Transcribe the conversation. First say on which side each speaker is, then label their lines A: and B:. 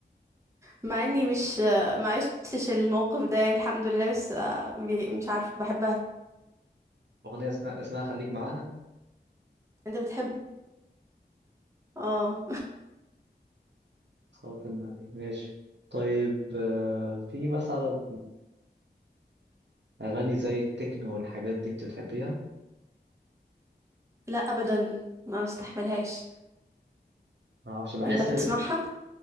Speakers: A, on the right; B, on the right.
A: مع اني مش ما عشتش الموقف ده يعني الحمد لله بس آه، بي- مش عارفة بحبها
B: أغنية اسمها اسمها خليك معاها
A: انت بتحب اه
B: صلاة النبي ماشي طيب آه، في مثلا أغاني زي التكنو والحاجات دي أنت بتحبيها؟
A: لا ابدا ما بستحملهاش
B: معرفش بحس
A: انت بتسمعها
B: الريتم